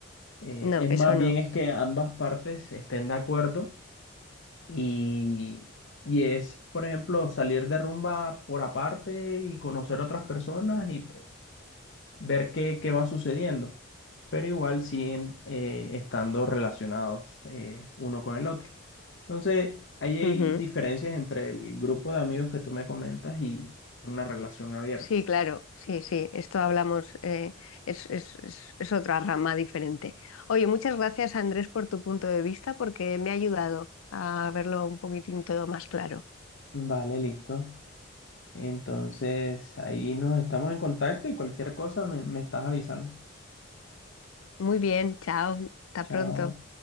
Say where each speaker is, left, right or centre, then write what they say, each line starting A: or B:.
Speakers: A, on the left (about 60°); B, on the left (about 85°).
A: Eh,
B: No,
A: es
B: eso
A: más
B: no.
A: bien es que ambas partes estén de acuerdo y, y es, por ejemplo, salir de rumba por aparte y conocer a otras personas y pues ver qué, qué va sucediendo, pero igual siguen eh, estando relacionados eh, uno con el otro. Entonces, ahí hay
B: Ujú.
A: diferencias entre el grupo de amigos que tú me comentas y una relación abierta.
B: Sí, claro, sí, sí. Esto hablamos, eh, es, es, es, es otra rama diferente. Oye, muchas gracias, Andrés, por tu punto de vista, porque me ha ayudado a verlo un poquitín todo más claro.
A: Vale, listo. Entonces, ahí nos estamos en contacto y cualquier cosa me, me estás avisando.
B: Muy bien, chao, hasta
A: Chao.
B: pronto.